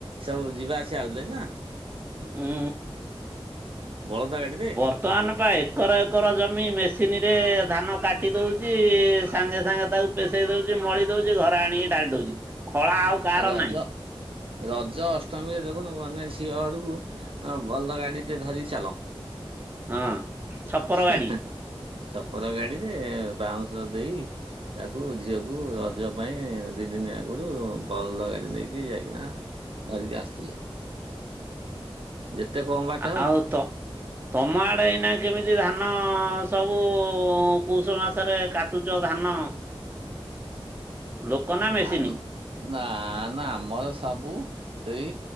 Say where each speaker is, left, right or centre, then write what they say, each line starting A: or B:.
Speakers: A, on the right; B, on the right.
A: ସବୁ ଯିବା ଆସିବା ହଉଥିଲେ ନା।
B: ଉଁ
A: ବଳଦ ଗାଡିରେ
B: ବର୍ତ୍ତମାନ ପା ଏକର ଏକର ଜମି ମେସିନରେ ଧାନ କାଟି ଦଉଚି ସାଙ୍ଗେ ସାଙ୍ଗେ ତାକୁ ପେସେଇ ଦଉଚି ମଳି ଦଉଚି ଘରେ ଆଣିକି ଢ଼ାଳି ଦଉଚି ଖଳା
A: ହଁ
B: ଆଉ କାହାର
A: ରଜ
B: ନାହିଁ।
A: ରଜ, ଅଷ୍ଟମୀରେ ଦେଖୁନୁ ମାନେ ଝିଅ ଘରକୁ ବଲଦ ଗାଡି ଟେ ଧରିକି ଚାଲ।
B: ହଁ। ଛପର
A: ହେଁ
B: ଗାଡି
A: ହେଁ ସପର ଗାଡିରେ ବାଉଁଶ ଦେଖିକି ତାକୁ ଝିଅକୁ ରଜ ପାଇଁ ଦୁଇ ଦିନ ଆଗରୁ ପଲ ଗାଡ଼ି ନେଇକି ଯାଇକିନା ଧରିକି ଆସୁଥିଲେ। ଯେତେ କମ୍ ବାଟ ହଉ
B: ଆଉ ତ ତମ ଆଡେ ଏଇନା କେମିତି ଧାନ ସବୁ ପୌଷ ମାସରେ କାଟ ଟୁଚ ଧାନ। ଲୋକ ନା
A: ଧାନ
B: ମେସିନି?
A: ନା ନା ଆମର ସବୁ ସେଇ